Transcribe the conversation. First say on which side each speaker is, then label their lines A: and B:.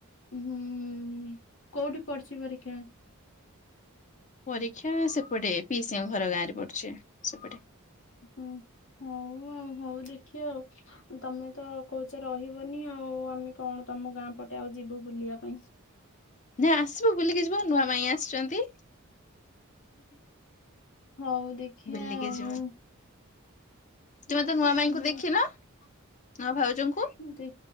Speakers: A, on the left (about 60°); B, on the left (about 35°).
A: ହୁଁ କୋଉଠି ପଡୁଚି ପରୀକ୍ଷା।
B: ପରୀକ୍ଷା ସେପଟେ ପିଇସିଙ୍କ ଘର ଗାଁରେ ପଡୁଛି ସେ ପଟେ।
A: ହୁଁ ହଉ ହଉ ଦେଖ୍ ଖିବା ଆଉ। ତମେ ତ କହୁଛ ରହିବନି। ଆଉ ଆମେ କଣ ତମ ଗାଁ ପଟେ ଆଉ ଯିବୁ ବୁଲିବା ପାଇଁ।
B: ନାଇଁ ଆସିବ ବୁଲିକି ଯିବ ନୂଆ ମାଇଁ ଆସିଛନ୍ତି।
A: ହଉ ଦେଖିବା
B: ବୁଲିକ
A: ଆଉ
B: ଯିବା। ତୁମେ
A: ଦେଖିବା
B: ତ ନୂଆ ମାଇଁଙ୍କୁ
A: ଯିବା
B: ଦେଖିିନ ନୂଆ ଭାଉଜଙ୍କୁ।
A: ଦେ